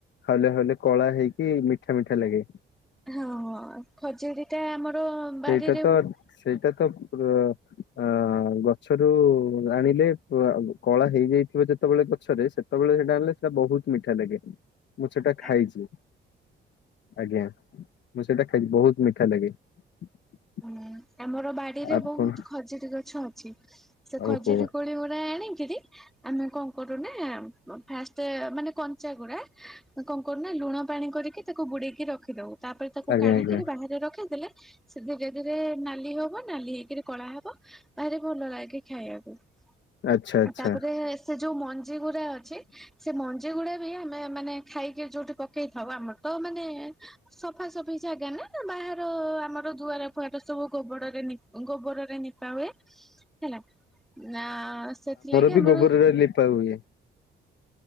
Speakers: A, on the left; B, in the centre.
A: ହାଉଲେ ହାଉଲେ କଳା ହେଇକି ମିଠା ମିଠା ଲାଗେ।
B: ହଁ ହଁ ଖଜିରୀଟା ଆମର ବାରିରେ
A: ସେଇଟା ତ
B: ହୁଏ।
A: ସେଇଟା ତ ପୁର ଆ ଗଛରୁ ଆଣିଲେ କ କଳା ହେଇଯାଇଥିବ ଯେତେବେଳେ ଗଛରେ ସେ ସତେବେଳେ ହେଟା ଆଣଲେ ସେଟା ବୋହୁତ ମିଠାଲାଗେ। ମୁଁ ସେଟା ଖାଇଚି
B: ଆଜ୍ଞା।
A: ଆଜ୍ଞା ମୁଁ ସେଟା ଖାଇଚି ବୋହୁତ ମିଠାଲାଗେ। <inaudible>
B: ଉଁ ହୁଁ ଆମର ବାଡିରେ
A: ଆପଣ
B: ବୋହୁତ ଖଜିରୀ ଗଛ ଅଛି। ସେ ଖଜୁରୀ
A: ଓହୋ
B: କୋଳିଗୁଡା ଆଣିକିରି ଆମେ କଣ କରୁନା ମ୍ ଫାଷ୍ଟେ ମାନେ କଞ୍ଚାଗୁଡା କଣ କରୁନା ଲୁଣ ପାଣି କରିକି ତାକୁ ବୁଡେଇକି ରଖିଦୋଉ ତାପରେ ତାକୁ
A: ଆଜ୍ଞା
B: କାଢିକିରି
A: ଆଜ୍ଞା
B: ବାହାରେ ରଖିଦେଲେ ସେ ଧୀରେ ଧୀରେ ନାଲି ହବ ନାଲି ହେଇକିରି କଳା ହବ ଭାରି ଭଲଲାଗେ ଖାଇବାକୁ।
A: ଆଚ୍ଛା
B: ଆଉ
A: ଆଚ୍ଛା
B: ତାପରେ ହେସ୍ ସେ ଯୋଉ ମଞ୍ଜିଗୁରା ଅଛି ସେ ମଞ୍ଜିଗୁଡା ବି ଆମେ ମାନେ ଖାଇକି ଯୋଉଠି ପକେଇଥାଉ ଆମର ତ ମାନେ ସଫାସଫି ଜାଗା ନା ନା ବାହାର ଆମର ତ ଦୁଆର ଫୁଆର ସବୁ ଗୋବଡରେ ଗୋବରରେ ନିପା ହୁଏ ହେଲା ନା ସେଥିଲାଗି
A: ବି
B: ଆମର
A: ଗୋବରରେ ଲିପା ହୁଏ।